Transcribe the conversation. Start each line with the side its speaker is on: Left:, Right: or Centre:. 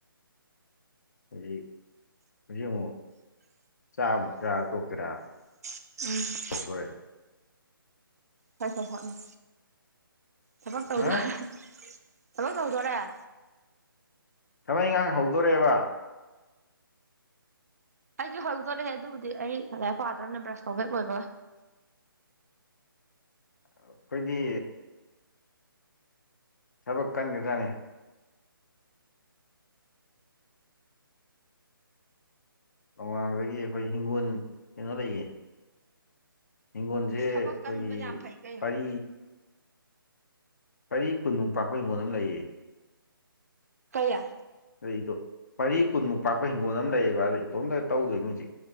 Left: ꯍꯧꯖꯤꯛ ꯍꯧꯖꯤꯛ ꯑꯃꯨꯛ ꯆꯥꯛ ꯑꯃ‌ꯣꯛ ꯆꯥ ꯇ‌ꯣꯛꯇꯔꯥ
Right: ꯎꯝ
Left: ꯗꯣꯔꯦ
Right: ꯍ‌ꯣꯏ ꯍ‌ꯣꯏ ꯍ‌ꯣꯏ ꯎꯝ ꯊꯕꯛ ꯇꯧꯗꯣ
Left: ꯍꯥ
Right: <unintelligible> ꯊꯕꯛ ꯇꯧꯗ‌ꯣꯔ‌ꯦ
Left: ꯊꯕꯛ ꯏꯡꯈꯥꯡ ꯍꯧꯗꯣꯔꯦꯕ
Right: ꯑꯩꯁꯨ ꯍꯧꯗꯣꯔ‌ꯦꯍ‌ꯦ ꯑꯗꯨꯕꯨꯗꯤ ꯑꯩ ꯂꯥꯏꯔꯤꯛ ꯄꯥꯗ꯭ꯔꯕꯅ ꯕ꯭ꯔꯁ ꯇꯧꯕ ꯍꯦꯛ ꯂ‌ꯣꯏꯕꯒ
Left: ꯑꯩꯈꯣꯏꯗꯤ ꯊꯕꯛ ꯀꯟꯒꯗ꯭ꯔꯥꯙꯠꯅꯦ ꯅꯣꯡꯉꯥꯟꯕꯗꯒꯤ ꯑꯩꯈꯣꯏ ꯍꯤꯡꯒꯣꯜ ꯀꯩꯅꯣ ꯂꯩꯌꯦ ꯍꯤꯡꯒꯣꯟꯁꯦ
Right: ꯊꯕꯛ
Left: ꯑꯩꯈꯣꯏꯒꯤ
Right: ꯀꯟꯕ ꯌꯥꯝ ꯐꯩ ꯀꯩꯅꯣ
Left: ꯄꯔꯤ ꯄꯔꯤ ꯀꯨꯟꯃꯨꯛ ꯄꯥꯛꯄ ꯍꯤꯡꯒꯣꯟ ꯑꯃ ꯂꯩꯌꯦ
Right: ꯀꯌꯥ
Left: ꯑꯩꯗꯣ ꯄꯔꯤ ꯀꯨꯟꯃꯨꯛ ꯄꯥꯛꯄ ꯍꯤꯡꯒꯣꯜ ꯑꯃ ꯂꯩꯌꯦꯕ ꯑꯗꯨ ꯏꯇꯣꯝꯇ ꯇꯧꯗꯣꯏꯅꯤ ꯍꯧꯖꯤꯛ